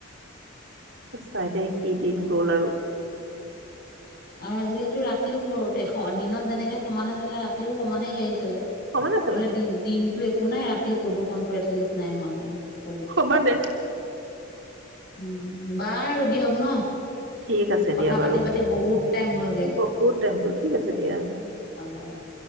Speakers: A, on the right; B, on the left.
A: সঁচাই দেই সেইদিন গ'ল আৰু
B: আৰু আজিকালিতো ৰাতিও পৰোতে দিনত যেনেকৈ সমানে চলে ৰাতিও সমানেই গাড়ী চলে
A: সমানে চলে
B: বোলে দিন দিনটো একো নাই ৰাতি প্ৰদূৰ্ষণটো এটলিষ্ট নাই হোৱা বুলি
A: সমানেই
B: উ বাৰু দিয়ক ন
A: ঠিক আছে
B: কথা
A: দিয়া বাৰু
B: পাতি পাতি বহুত টাইম হ'লগে
A: বহুত টাইম গ'ল ঠিক আছে দিয়া
B: হব